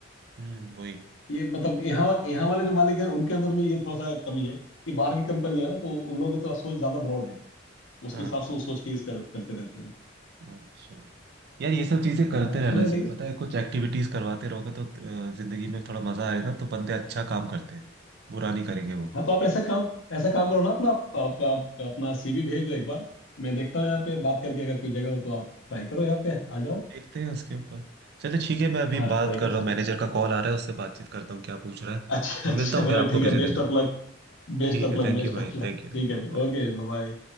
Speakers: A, on the right (about 55°); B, on the left (about 80°).
A: हम्म वही
B: ये मतलब यहाँ यहाँ वाले जो मालिक हैं उनके अंदर में ये थोड़ा सा कमी है कि बाहर की कंपनी है ना तो उन लोगों की थोड़ा सोच ज्यादा ब्रॉड है उसके
A: हाँ
B: हिसाब से वो सोच के इसका करते रहते हैं
A: अच्छा यार ये सब चीजें करते
B: हाँ
A: रहना
B: चलो
A: चाहिए
B: लेकिन
A: पता है कुछ एक्टिविटीज करवाते रहोगे तो अ, जिंदगी में थोड़ा मजा आएगा तो बंदे अच्छा काम करते हैं बुरा नहीं करेंगे वो
B: हाँ
A: फिर
B: तो आप ऐसा काम ऐसा काम करो ना अपना आप, आप, आप अपना सीवी भेज दो एक बार मैं देखता हूँ यहाँ पे बात करके अगर कोई जगह हो तो आप ट्राई करो यहाँ पे आ जाओ
A: देखते हैं उसके ऊपर चलिए ठीक है मैं अभी
B: हाँ
A: बात
B: ट्राई कर
A: कर
B: सकते
A: रहा हूँ मैनेजर
B: हैं
A: का कॉल आ रहा है उससे बातचीत करता हूँ क्या पूछ रहा है
B: अच्छा चलो
A: मिलता हूँ फिर आपको
B: ठीक
A: किसी
B: है best
A: दिन
B: of luck
A: ठीक
B: Best of
A: है
B: luck
A: थैंक
B: Best
A: यू भाई
B: of luck
A: thank you
B: ठीक
A: thank you
B: है
A: bye
B: ओके बाय